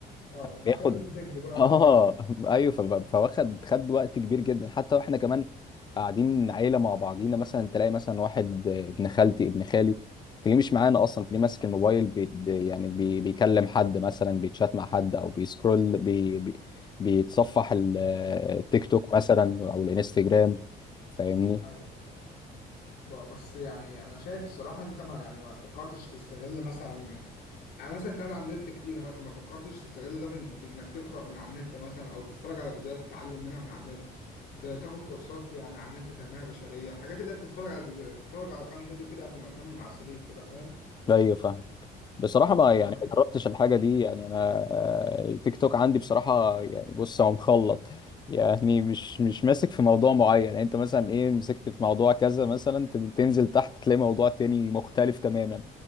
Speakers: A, on the left (about 70°); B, on the left (about 25°).
A: اه وبعد
B: بياخد
A: كده تقوم تجري بقى ورا
B: اه
A: نفسك بقى.
B: <laughs> ايوه فب- فواخد خد وقت كبير جدا حتى واحنا كمان قاعدين عيله مع بعضينا مثلا تلاقي مثلا واحد آه، ابن خالتي ابن خالي تلاقيه مش معانا اصلا تلاقيه ماسك الموبايل بي يعني بي بيكلم حد مثلا بيتشات مع حد او بيسكرول بي بي بيتصفح ال- آه، التيك توك
A: ايوه ايوه
B: مثلا او الانستجرام فاهمني
A: ايوه ب- بس يعني انا شايف الصراحه انت ما يعني ما فكرتش تستغل مثلا يعني مثلا انت قاعد على النت كتير مثلا ما فكرتش تستغل ده في, في انك تقرا من على النت مثلا او تتفرج على فيديوهات تتعلم منها من على النت ت- تاخد كورسات يعني على النت تنميه بشريه الحاجات اللي انت بتتفرج على فيديو تتفرج على كام فيديو كده قبل ما تنام من على السرير كده فاهم
B: ايوه فاهم بصراحة ما يعني
A: ما فاهم
B: ما جربتش الحاجة دي يعني أنا آه، التيك توك عندي بصراحة يعني بص هو مخلط يعني مش مش ماسك في موضوع معين يعني أنت مثلا إيه مسكت في موضوع كذا مثلا تن- تنزل تحت تلاقي موضوع تاني مختلف تماما